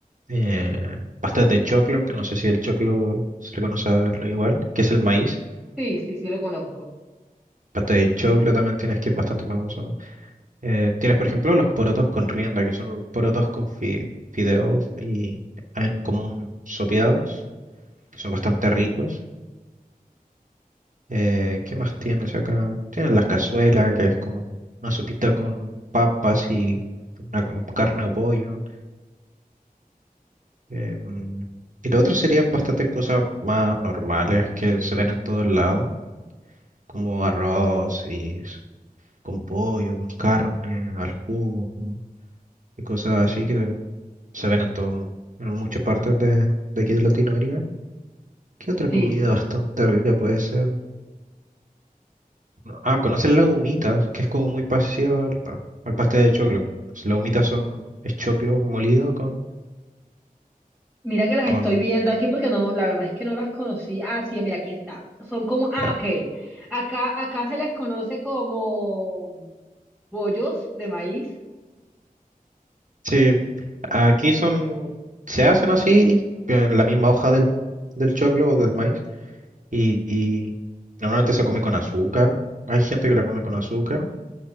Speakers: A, on the right (about 60°); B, in the centre.
A: eh, pastas de choclo, que no sé si el choclo se le conoce a lo igual, que es el maíz.
B: Sí, sí, sí, lo conozco.
A: Pasta de choclo también tienes, que es bastante famoso. Eh, tienes, por ejemplo, los porotos con rienda, que son porotos con fi- fideos y en común sopeados, que son bastante ricos. Eh, ¿qué más tienes acá? Tienes las cazuelas, que es como una sopita con papas y una- con carne o pollo. Em, y lo otro serían bastantes cosas más normales que se ven en todos lados, como arroz y s- con pollo, con carne, al jugo y cosas así que se ven en todo, en muchas partes de, de aquí de Latinoamérica. ¿Qué otra
B: Sí.
A: comida bastante rica puede ser? No, Ah, ¿conocen las humitas? Que es como muy parecido al, pa- al pastel de choclo. Las humitas son es choclo molido con,
B: Mira que las
A: con...
B: estoy viendo aquí porque no, la verdad es que no las conocí. Ah, sí, mira, aquí está. Son como, ah,
A: ah,
B: ok. Acá, acá se les conoce como bollos de maíz
A: sí, Aquí son, se hacen así, en la misma hoja del, del choclo o del maíz, y, y normalmente se come con azúcar. Hay gente que la come con azúcar